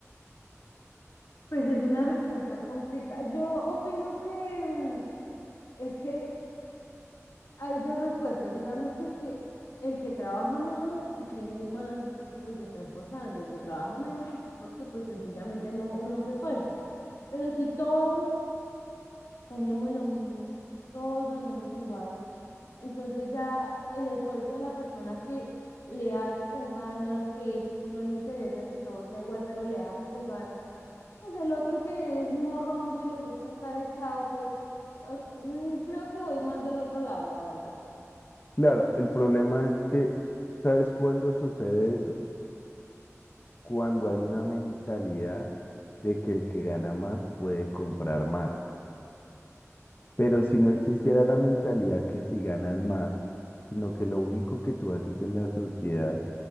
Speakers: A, on the left (about 80°); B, on the left (about 40°).
A: pues es una respuesta complicada. Yo opino que, mm, Es que hay dos respuestas. Digamos que es que el que trabaja más y tiene más es porque pues se está esforzando. El que trabaja menos es porque pues sencillamente no, no se esfuerza. Pero si todos tenemos lo mismo, todos ganamos igual, entonces ya el esfuerzo de la persona que le hace con ganas, que no le interesa que todo sea igual, pero le hace con ganas, pues el otro que es morrongo y le gusta estar echado, pues o- mm, creo que voy más del otro lado, la verdad.
B: Claro, el problema es que, ¿sabes cuándo sucede eso? Cuando
A: ¿Cuánto?
B: hay una mentalidad de que el que gana más puede comprar más. Pero si no existiera la mentalidad que si ganas más, sino que lo único que tú haces en la sociedad